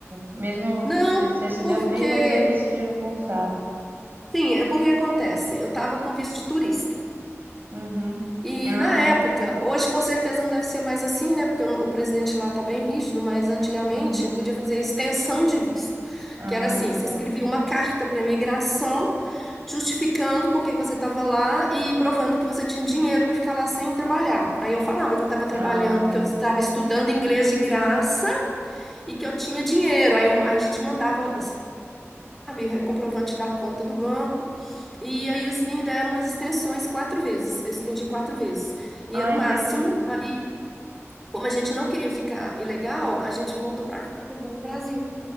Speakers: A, on the right (about 45°); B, in the centre.
A: mesmo
B: Não,
A: que você, você se
B: porque.
A: deu bem, mas aí decidiram voltar.
B: Sim, é porque acontece. Eu tava com visto de turista.
A: Uhum.
B: E
A: Ah,
B: na época, hoje com certeza não deve ser mais assim, né? Porque o o presidente lá tá bem rígido, mas antigamente
A: uhum.
B: podia fazer a extensão de visto,
A: Ah,
B: que era assim: você
A: tá.
B: escrevia uma carta para imigração justificando por que que você estava lá e provando que você tinha dinheiro para ficar lá sem trabalhar. Aí eu falava que eu estava trabalhando,
A: Ah,
B: que eu estava estudando inglês de graça. e que eu tinha dinheiro. Aí, eu- aí a gente mandava, sabe, comprovante da conta do banco. E aí eles me deram as extensões quatro vezes. Eu estendi quatro vezes. E
A: ah,
B: era o máximo.
A: entendi.
B: Aí, como a gente não queria ficar ilegal, a gente voltou para o Brasil.